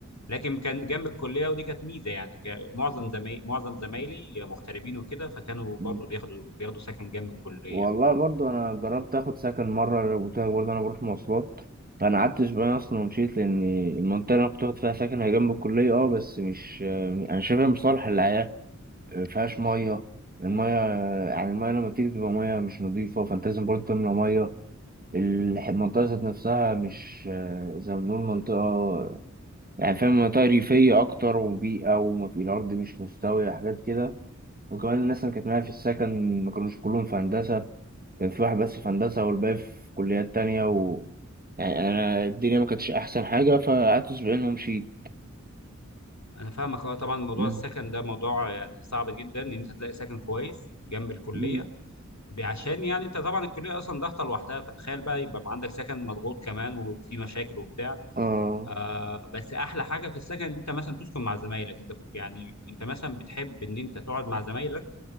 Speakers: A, on the left; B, on the right.
A: لكن كان جنب الكليه ودي كانت ميزه يعني ك- معظم زمايلي معظم زمايلي مغتربين وكده فكانوا
B: مم.
A: برضو بياخدوا بياخدوا سكن جنب الكليه
B: والله برضو انا جربت اخد سكن مره قلت لك برضو انا بروح مواصلات فانا قعدت اسبوعين اصلا ومشيت لان المنطقه اللي انا كنت واخد فيها سكن هي جنب الكليه اه بس مش انا شايفها مش صالح للحياه مفيهاش ميه الميه يعني الميه لما بتيجي بتبقى ميه مش نظيفه فانت لازم برضو تملى ميه الح- المنطقه ذات نفسها مش زي ما بنقول منطقه يعني فاهم منطقة ريفية أكتر وبيئة وما في الأرض مش مستوية حاجات كده وكمان الناس اللي كانت معايا في السكن ما كانوش كلهم في هندسة كان في واحد بس في هندسة والباقي في كليات تانية و يعني أنا الدنيا ما كانتش أحسن حاجة فقعدت أسبوعين ومشيت
A: انا فاهمك اه طبعا موضوع
B: مم.
A: السكن ده موضوع يعني صعب جدا ان انت تلاقي سكن كويس جنب الكليه
B: مم.
A: ب- عشان يعني انت طبعا الكليه اصلا ضغطه لوحدها فتخيل بقى يبقى عندك سكن مضغوط كمان وفي مشاكل وبتاع
B: آه
A: آه بس احلى حاجه في السكن ان انت مثلا تسكن مع زمايلك انت كنت- يعني انت مثلا بتحب ان انت تقعد مع زمايلك